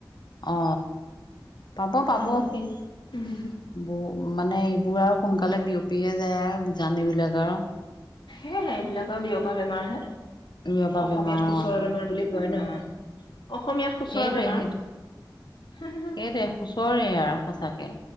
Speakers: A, on the left; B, on the left.
A: অ পাব পাব।
B: পাবহি উম
A: <inaudible> মানে এইবোৰ আৰু সোনকালে বিয়পিহে যায় আৰু বিজাণু বিলাক আৰু।
B: সেয়েহে এইবিলাকৰ বিয়পা বেমাৰ হে,
A: এইবোৰৰ পৰা
B: অসমীয়াত
A: বেমাৰ
B: সুচৰা
A: অ
B: বেমাৰ বুলি <unintelligible> অসমীয়াত সুচৰা
A: সেইটোৱে
B: বেমাৰ।
A: সেইটো সেইটোৱে সুচৰে আৰু সঁচাকে